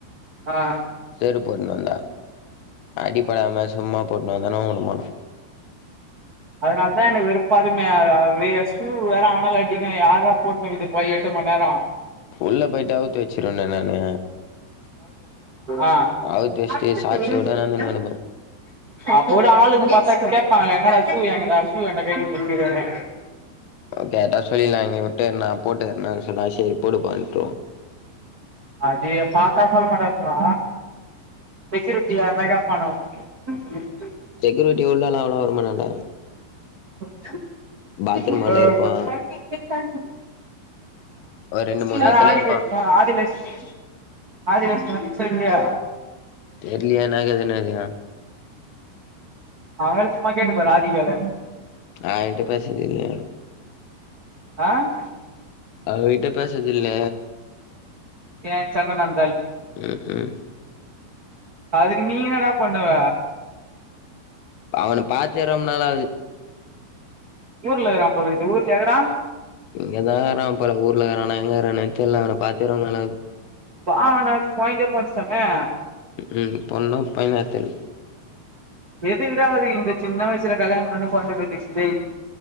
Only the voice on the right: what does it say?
ஆஹ்
அதனாலதா எனக்கு வெறுப்பாருமையா அஹ் ஷூ வேற அனலடிக்கு யார்ரா போட்னுகிட்டு போயி எட் மண்ணேர
ஆஹ்
அடுத்த
பேருந்து
இடம்
அப்போட ஆளுங்க பாத்தா கேப்பாங்ளே என்னாடா ஷூ என்னடா ஷூ ஏன்டா கழுட்டிவுட்டுகறனு
அதி பாத்தா சொல்ல மாட்டாங்கோ செக்கிருட்டி யார்னா கேப்பானுங்க
ஆஹ்
நல்லா
ஆதி
கேட் போறா ஆதிலஷ்மி ஆதிலஷ்மி வந்திச்சா இல்லியா
அவல சும்மா கேட்டுப்பாரு ராதிகால
ஆஹ்
ஏ சண்ட ன
அதுக்கு நீ என்னடா பண்ணுவ
ஊர்ல இகுறா போலகுது ஊர்லியா இகுறா
வா நாக் போயந்தே போந்சாமே
எது விடாவது இந்த சின்ன வயசுல கல்யாண பண்ணி கொழந்தைய பெத்துக்டு